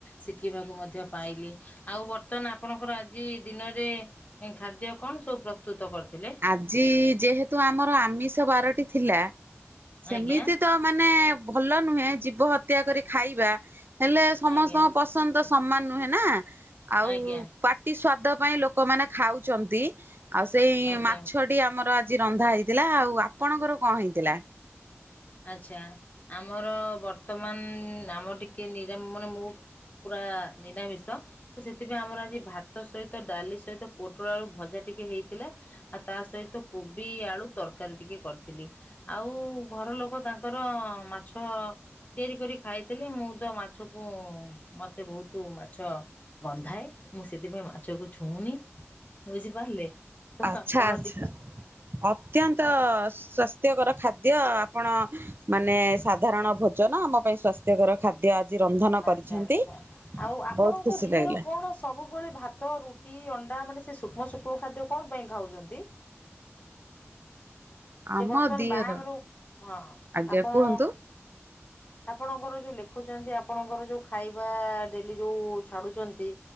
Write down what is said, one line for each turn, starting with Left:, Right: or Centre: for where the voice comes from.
Left: ଶିଖିବାକୁ ମଧ୍ୟ ପାଇଲି ଆଉ ବର୍ତ୍ତମାନ୍ ଆପଣଙ୍କର ଆଜି ଦିନରେ ଏଁ ଖାଦ୍ୟ କଣ ସବୁ ପ୍ରସ୍ତୁତ କରିଥିଲେ?
Right: ଆଜି ଯେହେତୁ ଆମର ଆମିଷ ବାରଟି ଥିଲା ସେମିତି
Left: ଆଜ୍ଞା
Right: ତ ମାନେ ଭଲ ନୁହେଁ ଜୀବ ହତ୍ୟା କରି ଖାଇବା, ହେଲେ ସମସ୍ତଙ୍କ
Left: ଆଜ୍ଞା
Right: ପସନ୍ଦ ସମାନ୍ ନୁହେଁ ନା, ଆଉ
Left: ଆଜ୍ଞା
Right: ପାଟି ସ୍ଵାଦ ପାଇଁ ଲୋକମାନେ ଖାଉଛନ୍ତି। ଆଉ ସେଇ
Left: ଆଜ୍ଞା
Right: ମାଛଟି ଆମର ଆଜି ରନ୍ଧା ହେଇଥିଲା ଆଉ ଆପଣଙ୍କର କଁ ହେଇଥିଲା?
Left: ଆଚ୍ଛା ଆମର ବର୍ତ୍ତମାନ୍ ଆମର ଟିକେ ନିରାମ୍ ମାନେ ମୁଁ ପୁରା ନିଦାମିଷ। ତ ସେଥିପାଇଁ ଆମର ଆଜି ଭାତ ସହିତ, ଡାଲି ସହିତ, ପୋଟଳ ଆଳୁ ଭଜା ଟିକେ ହେଇଥିଲା। ଆଉ ତା ସହିତ କୋବି ଆଳୁ ତର୍କାରୀ ଟିକେ କରିଥିଲି, ଆଉ ଘର ଲୋକ କ ତାଙ୍କର ମାଛ ତିଆରି କରି ଖାଇଥିଲି, ମୁଁ ତ ମାଛକୁ ମତେ ବୋହୁତୁ ମାଛ ବନ୍ଧାଏ ମୁଁ ସେଥିପାଇଁ ମାଛକୁ ଛୁଉଁନି ବୁଝିପାରିଲେ। ତ
Right: ଆଚ୍ଛା
Left: ଆପଣ
Right: ଆଚ୍ଛା
Left: ଟିକେ
Right: ଅତ୍ୟାନ୍ତ
Left: ଆଉ
Right: ସ୍ୱା ସ୍ୱାସ୍ଥ୍ୟ କର ଖାଦ୍ୟ ଆପଣ ମାନେ ସାଧାରଣ ଭୋଜନ ଆମ ପାଇଁ ସ୍ୱା ସ୍ୱାସ୍ଥ୍ୟ କର ଖାଦ୍ୟ ଆଜି ରନ୍ଧନ
Left: ଆଚ୍ଛା
Right: କରିଛନ୍ତି,
Left: ଆଚ୍ଛା। ଆଉ ଆପଣଙ୍କ
Right: ବୋହୁତ୍ ଖୁସି
Left: ଦିଅର
Right: ଲାଗିଲା।
Left: କଣ ସବୁବେଳେ ଭାତ, ରୁଟି, ଅଣ୍ଡା ମାନେ ସେ ସୂକ୍ଷ୍ମ ସୂକ୍ଷ୍ମ ଖାଦ୍ୟ କଣ ପାଇଁ ଖାଉଛନ୍ତି? ସେ
Right: ଆମ
Left: ବର୍ତ୍ତମାନ୍
Right: ଦିଅର
Left: ବାହାଘର ହୋଉ ହଁ
Right: ଆଜ୍ଞା
Left: ଆପଣ
Right: କୁହନ୍ତୁ
Left: ଆପଣଙ୍କର ଯୋଉ ଲେଖୁଛନ୍ତି ଆପଣଙ୍କର ଯୋଉ ଖାଇବା ଡ଼େଲି ଯୋଉ ଛାଡୁଛନ୍ତି।